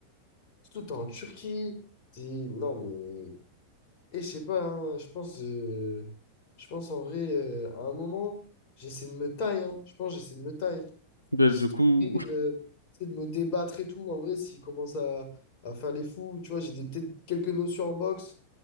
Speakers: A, on the left; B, on the left.
A: Surtout, t'es en Turquie. T'es... Non, mais. Et je sais pas, hein, je pense. euh, Je pense en vrai, euh, à un moment, j'essaie de me tailler. hein. Je pense, j'essaie de me tailler.
B: Ben,
A: J'essaie
B: Du
A: de
B: coup,
A: couper, euh, j'essaie de me débattre et tout. En vrai, s'il commence à, à faire les fous, tu vois, j'ai des- peut-être quelques notions en boxe.